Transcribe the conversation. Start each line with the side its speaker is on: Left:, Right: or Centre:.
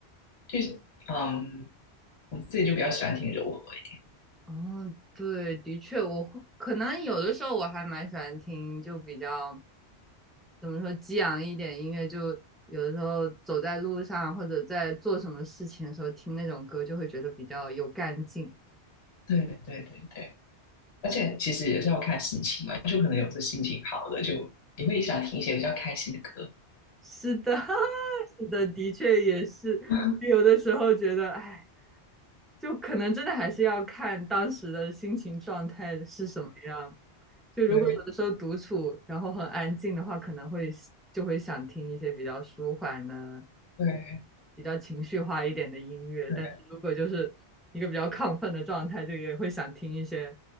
Left: 就是嗯，我自己就比较喜欢听柔和一
Centre: 哦，对，的确，我会可能有的时候我还蛮喜欢听，就比较。怎么说激昂一点音乐，就有的时候走在路上或者在做什么事情的时候听那种歌，就会觉得比较有干劲。
Left: 点。对对对对，而且其实也是要看心情嘛，就可能有时心情好的就你会想听一些比较开心的歌。
Centre: 是的，<laughs> 是的，的确也是。
Left: <laughs>
Centre: 有的时候觉得，哎，就可能真的还是要看当时的心情状态是什么样。就如果有的时候独处，
Left: 对对
Centre: 然后很安静的话，可能会就会想听一些比较舒缓的、
Left: 对
Centre: 比较情绪化一点的音乐。
Left: 对，
Centre: 但是如果就是一个比较亢奋的状态，就也会想听一些